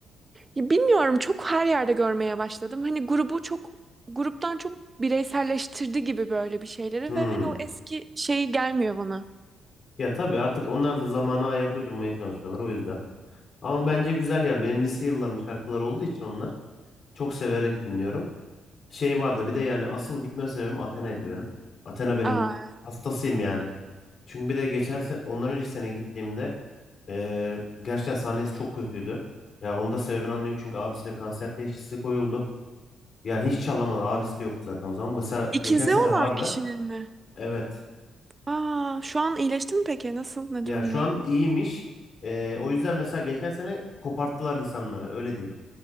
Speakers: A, on the right (about 25°); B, on the left (about 50°).
A: Ya Bilmiyorum çok her yerde görmeye başladım. Hani grubu çok gruptan çok bireyselleştirdi gibi böyle bir şeyleri
B: Hmm.
A: ve hani o eski şeyi gelmiyor bana.
B: Ya tabii artık onlar da zamana ayak uydurmaya çalışıyorlar o yüzden. Ama bence güzel yani. Benim lise yıllarım şarkıları olduğu için onlar çok severek dinliyorum. Şey vardı bir de yani asıl gitme sebebim Athena'ydı benim. Athena benim
A: Aa,
B: hastasıyım yani. Çünkü bir de geçen sene, ondan önceki sene gittiğimde Ee, gerçekten sahnesi çok kötüydü. Ya onun da sebebini anlıyorum çünkü abisine kanser teşhisi koyuldu. Yani hiç çalamadı. Abisi de yoktu zaten o zaman. Mesela
A: ikizi
B: geçen sene
A: olan
B: vardı.
A: kişinin mi?
B: Evet.
A: Aa, şu an iyileşti mi peki? Nasıl? Ne
B: Yani
A: durumda?
B: şu an iyiymiş. Ee, o yüzden mesela geçen sene koparttılar insanları öyle diyeyim.